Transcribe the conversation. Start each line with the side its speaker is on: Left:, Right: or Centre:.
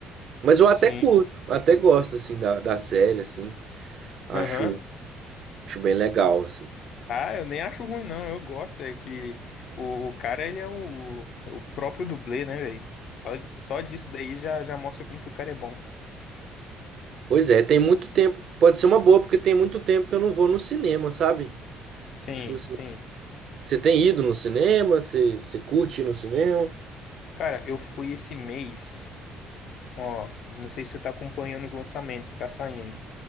Right: Mas eu
Left: Sim.
Right: até curto, até gosto, assim, da, da série, assim. Acho
Left: Aham.
Right: Acho bem legal, assim.
Left: Ah, eu nem acho ruim, não. Eu gosto. É que o, o cara, ele é o, o próprio dublê, né, velho? Só, só disso daí já, já mostra como que o cara é bom.
Right: Pois é, tem muito tempo. Pode ser uma boa, porque tem muito tempo que eu não vou no cinema, sabe?
Left: Sim,
Right: Tipo assim,
Left: sim.
Right: você tem ido no cinema? Você, você curte ir no cinema?
Left: Cara, eu fui esse mês. Ó, não sei se você tá acompanhando os lançamentos que tá saindo,